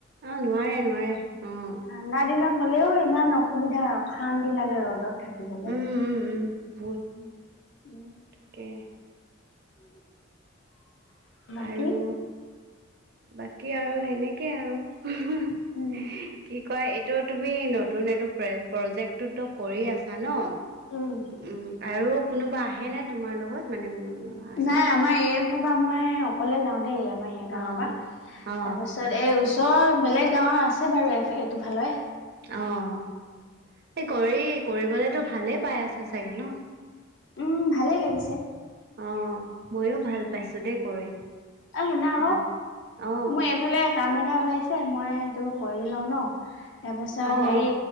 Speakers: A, on the right (about 55°); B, on the left (about 65°).
A: অঁ নোৱাৰে নোৱাৰে অঁ
B: ঠাণ্ডা দিনত হ'লেও ইমান অসুবিধা, অশান্তি লাগে ৰ'দত। থাকিবলে।
A: উম উম উম বহুত
B: উ, উ
A: তাকে।
B: <unintelligible> বাকী?
A: আৰু বাকী আৰু সেনেকেই আৰু <unintelligible>
B: উম
A: কি কয় ত তুমি নতুন এইটো প্ৰ-প্ৰজেক্টটোতো কৰি আছা ন।
B: উম,
A: উম আৰু কোনোবা আহেনে তোমাৰ লগত, মানে কোনোবা? আছে
B: নাই, আমাৰ এইডোখৰ পৰা মই অকলে যাওঁ দেই, আমাৰ এই গাঁৱৰ
A: অ
B: পৰা। তাৰ পিছত
A: অ
B: তাৰপিছত, এই ওচৰৰ বেলেগ গাঁওৰ আছে বাৰু, এইটো ফালৰে
A: অ',। এই কৰি, কৰিবলেতো ভালেই পাই আছো চাগে ন?
B: উম। ভালে লাগিছে।
A: অ',। ময়ো ভাল পাইছো দেই কৰি
B: অই, শুনা আকৌ
A: উম অ
B: মই এফালে কাম এটা ওলাইছে, মই সেইটো কৰি লওঁ ন। তাৰপাছত,
A: অ
B: হেৰি
A: অ